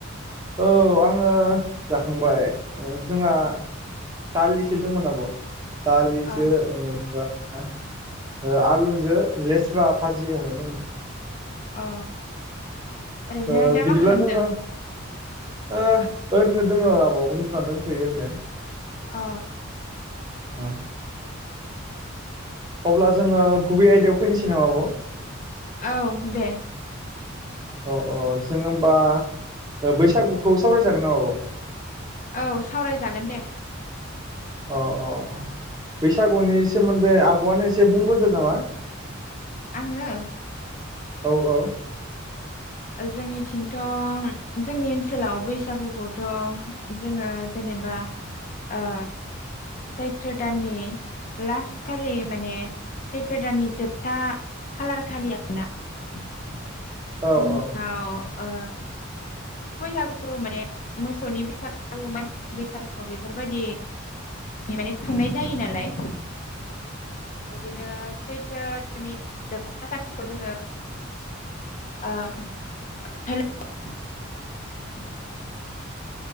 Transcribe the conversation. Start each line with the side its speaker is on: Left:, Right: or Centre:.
Right: औ आंङो जाखांबाय जोंहा दालिसो दंमोन आब' दालिसो
Left: अ
Right: बेनिफ्राय आलुजों लेस्रा भाजि एवनाय दंमोन
Left: अ ओरैनो
Right: ओ
Left: दा
Right: बिदिब्ला
Left: मा खालामदों
Right: जोङो ओ ओरैनो दङ आब' उन्दुना दंथ'यो ओरैनो
Left: अ
Right: औ अब्ला जोङो गुबै आयदायाव फैनोसै नामा आब'
Left: औ दे
Right: अ अ जों होबा बैसागुखौ सावरायजागोन नामा आब'
Left: औ सावरायजागोन दे
Right: अ अ बैसागुनि सोमोन्दै आब'आनो एसे बुंग्रोदो नामा
Left: आंङो
Right: औ औ
Left: औ जोंनिथिंथ' जोंनि ओनसोलाव बैसागुखौथ' जोङो जेनेबा ओ सैत्र दाननि लास्ट खालि माने सैथो दाननि जोबथा खालार खालि आरो ना <inaudible>
Right: औ
Left: जोंनियाव
Right: औ
Left: ओ बैसागु माने मोसौनि बैसागु मानसि बैसागु बेफोरबायदि <unintelligible> माने खुंनाय जायो नालाय बिदिनो सैथ्रोनि जोबथा सानखौ जोङो ओ <unintelligible> <inaudible>